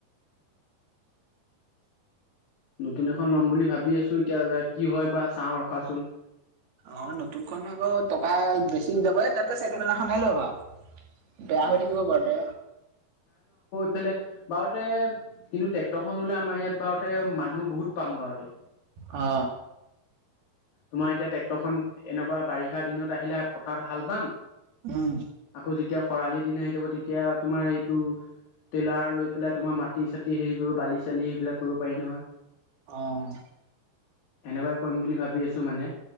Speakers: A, on the left; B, on the right.
A: নতুন এখন ল'ম বুলি ভাবি আছো এতিয়া কি হয় বা চাওঁ ৰখাচোন
B: অ নতুনখন হয় বাউ টকা বেছি যাব তাতকে ছেকেণ্ড হেণ্ড এখনে লৈ ভাল। বেয়া
A: অ
B: হৈ থাকিব ঘৰতে।
A: ফালে বাৰতে কিন্তু ট্ৰেক্টৰ খন ললে আমাৰ ইয়াত বাৰতে মানুহ বহুত পাম বাৰতে
B: অ।
A: তোমাৰ এতিয়া ট্ৰেক্টৰখন এনেকুৱা বাৰিষা দিনত আহিলে পথাৰত হাল বাম
B: উম।
A: আকৌ যেতিয়া খৰালি দিন আহি যাব তেতিয়া তোমাৰ এইটো ট্ৰেইলাৰ লৈ পেলাই তোমাৰ মাটি -চাটি হেৰি কৰিব বালি চালি সেইবিলাক কৰিব পাৰি নহয়।
B: অ',
A: সেনেকুৱাই কৰিম বুলি ভাবি আছো মানে।